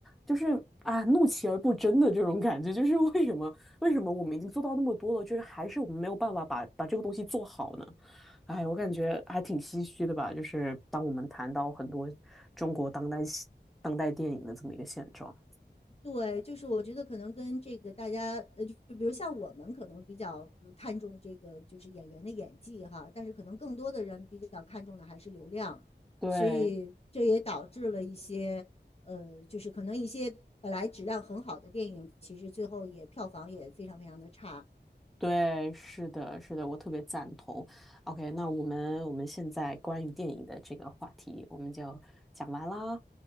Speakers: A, in the centre; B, on the left (about 35°).
A: 就是啊，怒其而不争的这种感觉，就是为什么为什么我们已经做到那么多了，就是还是我们没有办法把把这个东西做好呢？哎，我感觉还挺唏嘘的吧，就是当我们谈到很多中国当代戏当代电影的这么一个现状。
B: 对，就是我觉得可能跟这个大家，呃，就比如像我们可能比较呃看重这个就是演员的演技哈，但是可能更多的人比较看重的还是流量，
A: 对
B: 所以这也导致了一些，呃，就是可能一些本来质量很好的电影，其实最后也票房也非常非常的差，
A: 对，是的，是的，我特别赞同。OK，那我们我们现在关于电影的这个话题，我们就讲完啦。